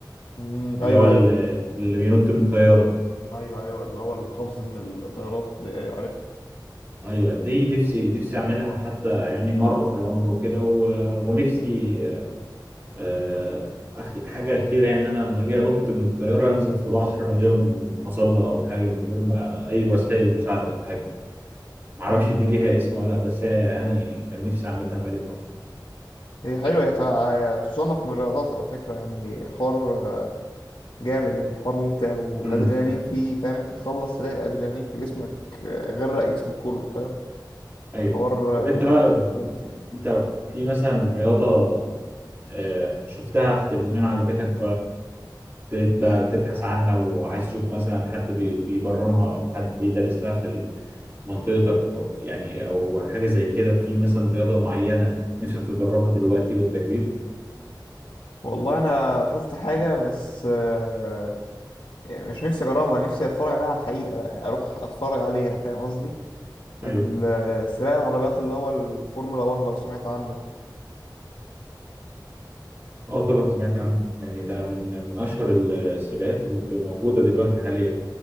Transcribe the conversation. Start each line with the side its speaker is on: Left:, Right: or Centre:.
Left: امم
Right: اللي
Left: ايوه
Right: هو ال-
Left: ايوه
Right: اللي بينط من الطياره
Left: ايوه ايوه اللي هو القفز من الطيارات دي ايوه عارف
Right: ايوه دي نفسي نفسي اعملها حتى يعني مره في العمر وكده و- ونفسي آه، أخي- حاجة أخيرة يعني أنا لما أجي أنط من الطيارة أنزل في بحر من غير مظلة أو حاجة من غير ما أي وسائل مساعدة أو حاجة معرفش
Left: مم.
Right: دي ليها اسم ولا لأ بس هي يعني كان نفسي أعملها بقالي فترة
Left: هي حلوة هي تع- هي تصنف من الرياضات على فكرة يعني حوار آه، جامد يعني حوار ممتع والأدرينالين
Right: امم
Left: فيه فاهم انت تخلص تلاقي الأدرينالين في جسمك آه، غرق جسمك كله فاهم
Right: أيوه
Left: حوار آه،
Right: طب أنت بقى
Left: ممتع
Right: أنت في مثلا رياضة آه، شفتها في التلفزيون عجبتك تبقى تبحث عنها وعايز تشوف مثلا حد بي- بيبرمها او حد بيدرس لها في ال- في منطقتك او يعني او حاجه زي كده في مثلا رياضه معينه نفسك تجربها دلوقتي وانت كبير
Left: والله انا شفت حاجه بس آه، مش نفسي اجربها نفسي اتفرج عليها على الحقيقه بقى اروح اتفرج عليها فاهم قصدي
Right: ايوه
Left: ال- سباق العربيات اللي هو الفورمولا 1 لو سمعت عنه
Right: اه طبعا سمعت عنه يعني ده من من اشهر ال- السباقات اللي بتبقى موجوده دلوقتي حاليا